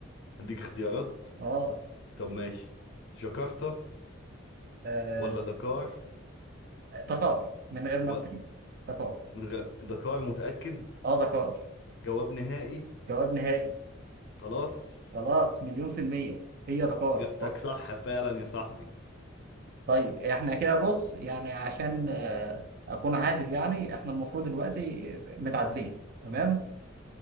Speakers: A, on the left; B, on the right.
A: هديك اختيارات
B: اه
A: طب ماشي جاكرتا
B: آه،
A: ولا دكار
B: دكار من غير ما
A: و...
B: تكلم دكار
A: من غ... دكار متأكد
B: اه دكار
A: جواب نهائي
B: جواب نهائي
A: خلاص
B: خلاص مليون في المية هي دكار
A: اجابتك صح فعلا يا صاحبي
B: طيب احنا كده بص يعني عشان آه، اكون عادل يعني احنا المفروض دلوقتي متعادلين تمام